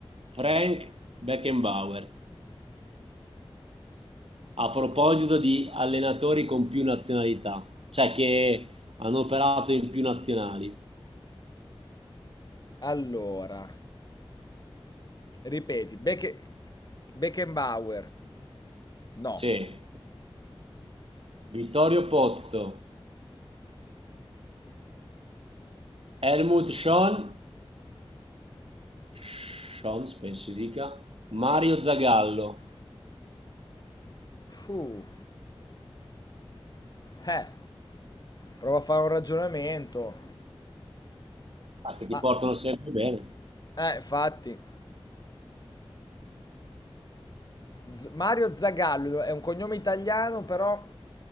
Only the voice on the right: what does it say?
Frank Beckenbauer. A proposito di allenatori con più nazionalità, cioè che hanno operato in più nazionali.
Sì, Vittorio Pozzo. Helmut Schön, Schön penso si dica, Mario Zagallo,
ah, che ti
portano sempre bene.